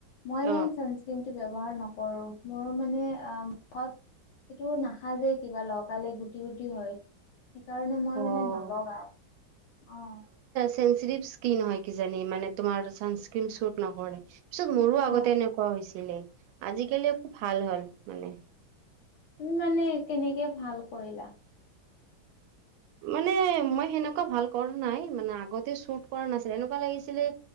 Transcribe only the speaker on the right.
অ
অ',
চেন্সিটিভ স্কিন হয় কিজানি মানে তোমাৰ ছানস্ক্ৰীম চুট নকৰে। পিছত মোৰো আগতে
এনেকুৱা হৈছিলে আজিকালি ভাল হ'ল মানে।
মানে মই সেনেকুৱা ভাল কৰা নাই মানে আগতে চোট কৰা নাছিল এনকা লাগিছিলে